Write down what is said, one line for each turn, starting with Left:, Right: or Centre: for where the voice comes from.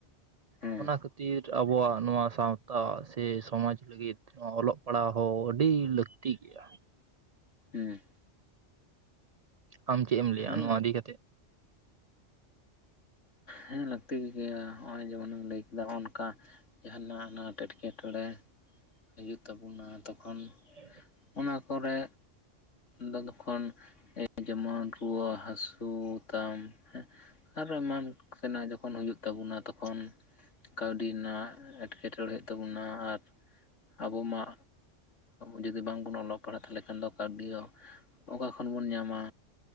Left: ᱦᱩᱸ
Right: ᱚᱱᱟ ᱠᱷᱟᱹᱛᱤᱨ ᱟᱵᱚᱣᱟᱜ ᱱᱚᱣᱟ ᱥᱟᱶᱛᱟ ᱥᱮ ᱥᱚᱢᱟᱡᱽ ᱞᱟᱹᱜᱤᱫ ᱚᱞᱚᱜ ᱯᱟᱲᱦᱟᱣ ᱦᱚᱸ ᱟᱹᱰᱤ ᱞᱟᱹᱠᱼᱼ ᱛᱷᱤᱠ ᱜᱮᱭᱟ᱾
Left: ᱦᱮᱸ
Right: ᱟᱢ ᱪᱮᱫ ᱮᱢ ᱞᱟᱹᱭᱟ
Left: ᱦᱩᱸ
Right: ᱱᱚᱣᱟ ᱤᱫᱤ ᱠᱟᱛᱮᱫ?
Left: ᱦᱮᱸ ᱞᱟᱹᱠᱛᱤ ᱜᱮᱭᱟ ᱱᱚᱜᱼᱚᱭ ᱡᱮᱢᱚᱱᱮᱢ ᱞᱟᱹᱭ ᱠᱮᱫᱟ ᱚᱱᱠᱟ ᱚᱱᱟ ᱮᱴᱠᱮ ᱴᱚᱬᱮ ᱦᱤᱡᱩᱜ ᱛᱟᱵᱚᱱᱟ ᱛᱚᱠᱷᱚᱱᱼᱼ
Right: <unintelligible>
Left: ᱚᱱᱟ ᱠᱚᱨᱮ ᱫᱚ ᱛᱚᱠᱷᱚᱱᱼᱼ ᱮ ᱡᱮᱢᱚᱱ ᱨᱩᱣᱟᱹ ᱦᱟᱹᱥᱩ ᱛᱟᱢ ᱦᱮᱸᱼᱼ ᱟᱨᱚ ᱮᱢᱟᱱ ᱛᱮᱱᱟᱜ ᱡᱚᱠᱷᱚᱱ ᱦᱩᱭᱩᱜ ᱛᱟᱵᱚᱱᱟ ᱛᱚᱠᱷᱚᱱᱼᱼ ᱠᱟᱹᱣᱰᱤ ᱨᱮᱱᱟᱜ ᱮᱴᱠᱮ ᱴᱚᱬᱮ ᱛᱟᱵᱚᱱᱟ ᱟᱨᱼᱼ ᱟᱵᱚ ᱢᱟ ᱡᱩᱫᱤ ᱵᱟᱝ ᱵᱚᱱ ᱚᱞᱚᱜᱼᱼ ᱯᱟᱲᱦᱟᱜ ᱛᱟᱦᱚᱞᱮ ᱠᱷᱟᱱ ᱫᱚ ᱠᱟᱹᱣᱰᱤ ᱦᱚᱸ ᱚᱠᱟ ᱠᱷᱚᱱ ᱵᱚᱱ ᱧᱟᱢᱟ᱾